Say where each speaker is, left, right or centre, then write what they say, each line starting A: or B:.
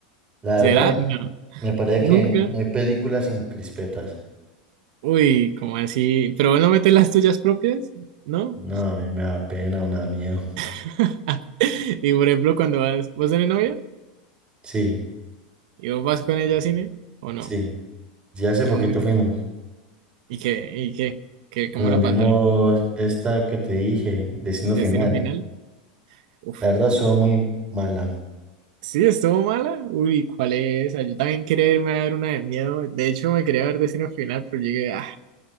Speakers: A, on the right; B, on the right.
A: La
B: ¿Será?
A: verdad,
B: No,
A: me parece
B: nunca.
A: que no hay películas sin crispetas.
B: Uy, como así? ¿Pero vos no metes las tuyas propias? ¿No?
A: No, a mí me da pena o me da miedo.
B: <laughs> Y por ejemplo, cuando vas, vos tenés novia
A: Sí,
B: y vos vas con ella al cine o no.
A: sí. Ya hace
B: Y,
A: poquito
B: un-
A: fuimos.
B: y qué, y qué, qué, ¿cómo
A: Nos
B: la
A: vimos
B: pasar?
A: esta que te dije, Destino
B: ¿Destino
A: Final.
B: final? Uf.
A: La verdad, estuvo muy mala.
B: Sí, estuvo mala. Uy, ¿cuál es? esa? Yo también quería irme a ver una de miedo. De hecho, me quería ver Destino Final, pero llegué, ah,